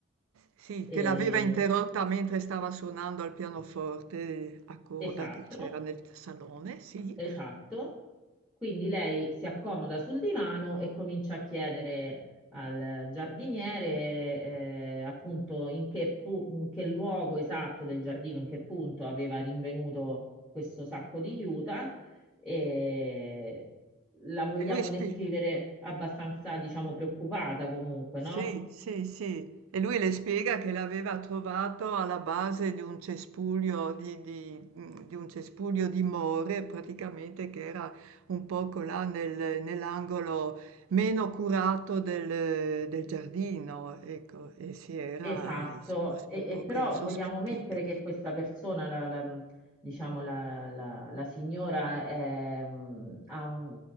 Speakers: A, on the right; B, in the centre.
A: sì,
B: Eh,
A: che l'aveva interrotta
B: gli-
A: mentre stava suonando al pianoforte eh, a coda
B: esatto,
A: che c'era nel salone, sì.
B: esatto. Quindi lei si accomoda sul divano e comincia a chiedere al giardiniere, eh, appunto in che, pu- in che luogo esatto del giardino, in che punto aveva rinvenuto questo sacco di juta. E la vogliamo
A: E lui
B: descrivere
A: spi
B: abbastanza, diciamo, preoccupata comunque,
A: Sì,
B: no?
A: sì, sì. E lui le spiega che l'aveva trovato alla base di un cespuglio di, di- mm, di un cespuglio di more, praticamente che era un poco là nel- nell'angolo meno curato del, del giardino, ecco, e si era
B: Esatto,
A: insomma
B: e,
A: un
B: e
A: poco
B: però
A: insospettito.
B: vogliamo mettere che questa persona, la, la- mhmm, diciamo la, la- la signora, è, mm, ha un,